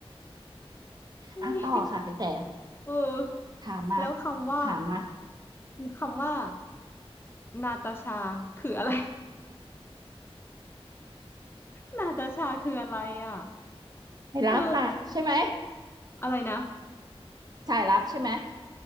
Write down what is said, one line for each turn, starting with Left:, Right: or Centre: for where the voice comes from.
Left: <laughs>
Right: อ่ะต่อค่ะพี่แต่
Left: เออ
Right: ถามมา
Left: แล้วคำว่า
Right: ถามมา
Left: คำว่านาตาชาคืออะไร <laughs> นาตาชา <laughs> คืออะไรอ่ะ
Right: ไม่รับค่ะใช่ไหม
Left: เอออะไรนะ
Right: สายลับใช่ไหม